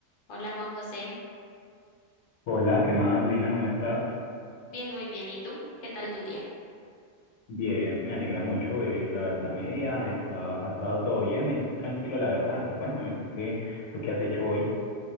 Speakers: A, on the left; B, on the left.
A: Hola Juan José,
B: Hola, ¿qué más, Lina? ¿Cómo estás?
A: bien, muy bien. ¿Y tú? ¿Qué tal tu día?
B: Bien, me alegra mucho. eh, la verdad, mi día está, ha estado todo bien, muy tranquilo, la verdad. Y cuéntame, ¿tú qué, tú qué has hecho hoy?